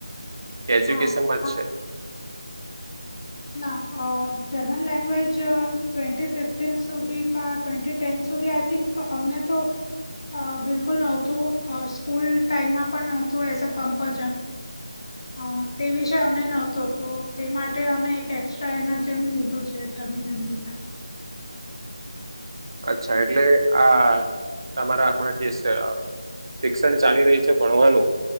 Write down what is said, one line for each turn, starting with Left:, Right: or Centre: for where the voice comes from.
Right: કે એજ્યુકેશનમાં
Left: હા
Right: જ છે?
Left: ના, અ જર્મન લેંગ્વેજ ટ્વેન્ટી ફિફ્ટીન સુધી કા ટ્વેન્ટી ટેન્થ સુધી આય થિંક અમને તો અ બિલકુલ નહોતું અ સ્કૂલ ટાઈમમાં પણ નહોતું એઝ અ કમ્પજન અ તે વિષય અમને નહતો તો તે માટે અમે એક્સ્ટ્રા એના જેમ લીધો છે જર્મન લેન્ગવેજના.
Right: અચ્છા એટલે આ તમારા અમણા જે છ શિક્ષણ ચાલી રહી છે ભણવાનું